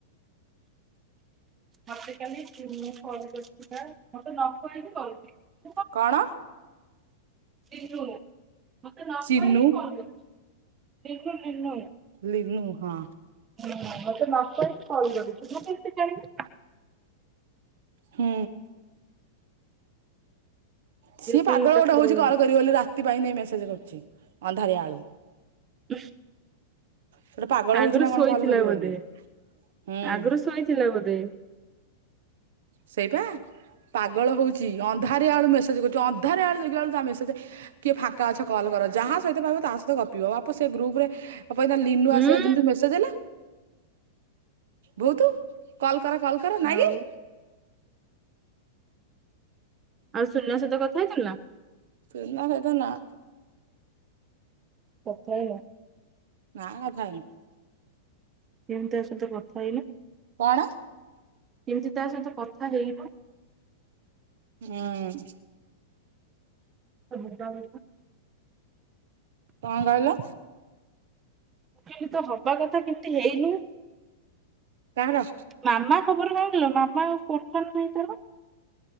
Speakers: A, on the right; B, on the right.
A: ମୋତେ କାଲି ଚିନୁ ଫୋନ କରିଥିଲା ମୋତେ ନ କହିକି ଫୋନ କରିଥିଲା
B: କଣ
A: ସେ ରୁମ ମତେ ନ
B: ଚିନୁ
A: କହିକି କଲ କରିଛୁ ସେ ଯୋଉ ନିନୁ
B: ଲିନୁ ହଁ
A: ହୁଁ ମତେ ନ କରିକି କଲ୍ କରୁଛି ମୁଁ କେତେ ଜାଣିବି।
B: ହୁଁ ସିଏ
A: ଯେ
B: ପାଗଳ
A: କି ତାକୁ
B: ଗୋଟେ ହଉଛି କଲ୍ କରିବ ବୋଲି ରାତି ପାଇଁ ନେଇ ମେସେଜ କରୁ ଚି ଅନ୍ଧାରିଆ ଆଳୁ
A: <inaudible>
B: ଗୋଟେ ପାଗଳ
A: ଆଗରୁ
B: ହଉଛି ନା କଣ
A: ଶୋଇଥିଲା
B: କଲ୍ କରିବ
A: ବୋଧେ
B: ବୋଲି ହୁଁ
A: ଆଗରୁ ଶୋଇଥିଲା ବୋଧେ
B: ସେଇପା ପାଗଳ ହଉଛି ଅନ୍ଧାରି ଆଳୁ ମେସେଜ କରୁଛି ଅନ୍ଧାର ଆଳୁ ଦେଖିଲା ବେଳୁ ତା ମେସେଜ କିଏ ଫାଙ୍କା ଗଛ କଲ୍ କର ଯାହା ସହିତ ପାଇବ ତା ସହିତ ଗପିବ ବାପ ସେ ଗ୍ରୁପ ରେ ଆଉ ପାଇଁ ଲିନୁ
A: ହୁଁ
B: ଆସିଲା ଦିନୁ ମେସେଜ ଲୋ ବହୁ ତୁ କଲ କର କଲ କର ନାଇଁ
A: ଆଉ
B: କି
A: ଆଉ ସୁନା ସହିତ କଥା ହେଇଥିଲୁ ନା।
B: ସୋନା ସହିତ ନା
A: ପଥାଇନ
B: ନା କଥାଇନି
A: ସେମିତି ତା ସହିତ କଥା ହେଇନ
B: କଣ
A: କେମିତି ତା ସହିତ କଥା ହେଇବ
B: ହୁଁ
A: <unintelligible>
B: କଣ କହିଲ
A: କି ତ ହବା କଥା କେମତି ହେଇନୁ
B: କାହାର
A: ମାମା ଖବର ଲାଗିଲ ବାପା କୋର୍ଠାତ ଭାଇ ତାର